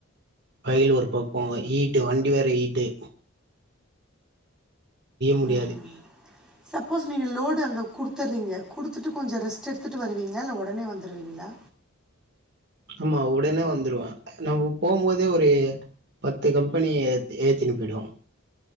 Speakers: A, on the right (about 50°); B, in the centre.
A: வெயில் ஒரு பக்கோ ஈட்டு வண்டி வேற ஹீட்டு முடியாது
B: ம்ம் சப்போஸ் நீங்க லோடு அங்க குடுத்துட்றீங்க குடுத்துட்டு கொஞ்சோ ரெஸ்ட் எடுத்துட்டு வருவீங்களா இல்ல உடனே வந்துருவீங்களா
A: ஆமா உடனே வந்துருவ நம்ம போம்போதே ஒரு பத்து கம்பெனி ஏத்தி ஏத்திட்டு போயிடுவோ